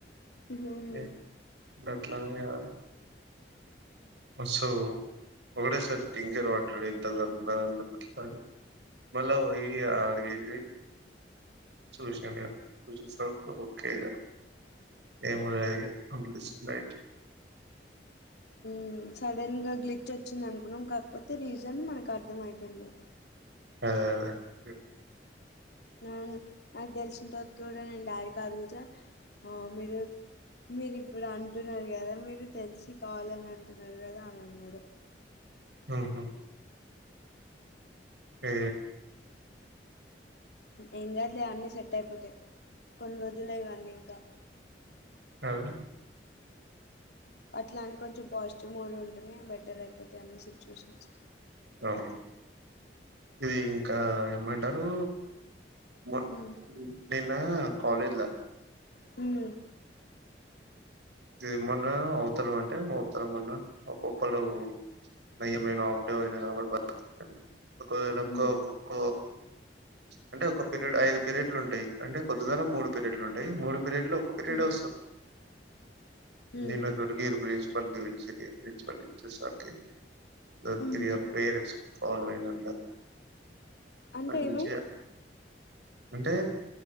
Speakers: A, on the left; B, on the right.
A: మ్మ్
B: <unintelligible> మ సో ఒకడే సార్ <unintelligible> మళ్ళా పోయి అడిగేది. చూసిన నేను నువు చూసా గా ఓకే ఇగ. నేన్ కూడా ఇగ <unintelligible> బైట్.
A: హుమ్మ్ సడన్ గా గ్లిట్ వచ్చింది అనుకున్నాం, కాకపోతే రీజన్ మనకు అర్థం అయిపోయింది.
B: అదే అదే గ్లిట్.
A: అవును నాకు దెలిసిన తర్వాత కూడా నేను డాడికి అడుగుతే, మీరు మీరు ఇప్పుడు అంటున్నారు కదా, మీరు తెలిసి కావాలని అంటున్నారు కదా అని అన్నాడు.
B: ఉహుమ్. ఏ
A: ఏం గాదులే అన్ని సెట్ అయిపోతాయి, కొన్ని రోజులే ఇవన్నీ ఇంకా.
B: అవును.
A: అట్లా అని కొంచెం పాజిటివ్ మూడ్ ఉంటనే, బెటర్ అయిపోతాయి అన్ని సిచ్యువేషన్స్.
B: అవును ఇది ఇంకా ఏమన్. టారు. మొన్
A: హ్మ్
B: నిన్న కాలేజ్ల.
A: హుమ్మ్.
B: ఇది మొన్న అవతల అంటే అవతల మొన్న ఒక్కొక్కళ్ళు, నయామైన నేన్ ఆఫ్డే పోయిన కాబట్టి బతికిపోయిన. ఒకవేళ ఒక్క
A: హ్మ్
B: కుక్క. అంటే ఒక పీరియడ్, ఐదు పీరియడ్లు ఉంటాయి. అంటే పొద్దుగాల మూడు పీరియడ్లు ఉంటయి, మూడు. పిరెడ్ లో ఒక్క పిరిడే
A: హ్మ్
B: ఓస్తది.
A: హ్మ్
B: నిన్న గుడికి ఎల్పోయా. ప్రిన్సిపాల్ ని, <unintelligible> ప్రిన్సిపాల్ వచ్చేసరికి. <unintelligible>
A: హ్మ్
B: పేరెంట్స్ ఫాలో అయినన్నారు
A: అంటే
B: మంచిగా.
A: ఏమైంది
B: అంటే